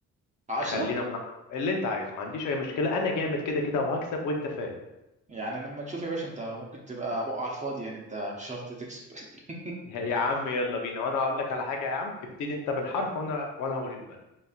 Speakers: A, on the right; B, on the left.
A: 10
B: خلينا من اللي انت عايزه ما عنديش اي مشكله انا جامد كده كده وهكسب وانت فاهم
A: يعني لما نشوف يا باشا انت ممكن تبقى بقى على الفاضي يعني انت مش شرط تكسب <laughs>
B: <laughs> يا عم يلا بينا وانا هقول لك على حاجه يا عم ابتدي انت بالحرف وانا وانا هقول البلد